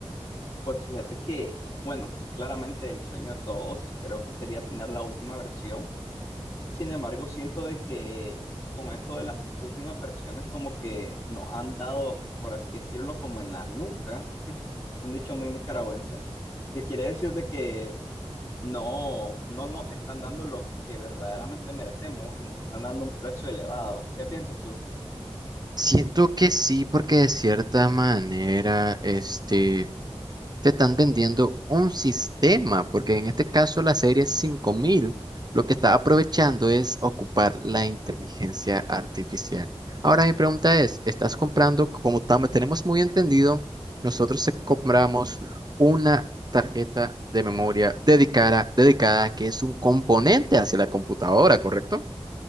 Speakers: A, on the left (about 25°); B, on the right (about 40°).
A: Pues fíjate que, bueno, claramente el sueño de todos creo que sería tener la última versión. Sin embargo, siento de que con esto de las últimas versiones como que nos han dado, por así decirlo, como en la nuca, un dicho muy nicaragüense, que quiere decir de que no, no nos están dando lo que verdaderamente merecemos y nos están dando un precio elevado. ¿Qué piensas tú?
B: Siento que sí, porque de cierta manera, este, te están vendiendo un sistema, porque en este caso la serie 5000 lo que está aprovechando es ocupar la inteligencia artificial. Ahora mi pregunta es, ¿estás comprando, como tam- tenemos muy entendido, nosotros se- compramos una tarjeta de memoria dedicada, dedicada que es un componente hacia la computadora, ¿correcto?